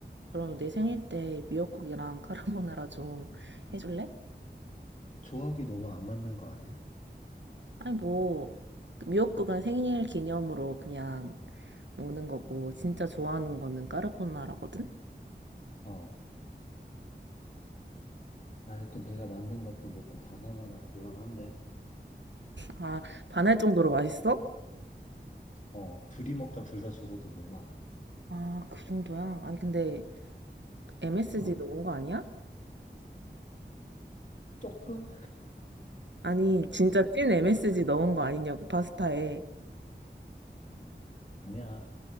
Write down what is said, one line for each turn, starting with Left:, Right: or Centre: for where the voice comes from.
Right: 그럼 내 생일 때 미역국이랑 카르보나라 좀 해줄래?
Left: 조합이 너무 안 맞는 거 아니야?
Right: 아니 뭐 그 미역국은 생일 기념으로 그냥 먹는 거고 진짜 좋아하는 거는 카르보나라거든?
Left: 어. 아예 또 내가 만든 것도 먹고 반하면 곤란한데.
Right: 아 반할 정도로 맛있어?
Left: 어. 둘이 먹다 둘 다 죽어도 몰라.
Right: 아 그 정도야? 아니 근데 MSG
Left: 어.
Right: 넣은 거 아니야?
Left: 조금?
Right: 아니 진짜 찐 MSG 넣은 거 아니냐고 파스타에
Left: 아니야.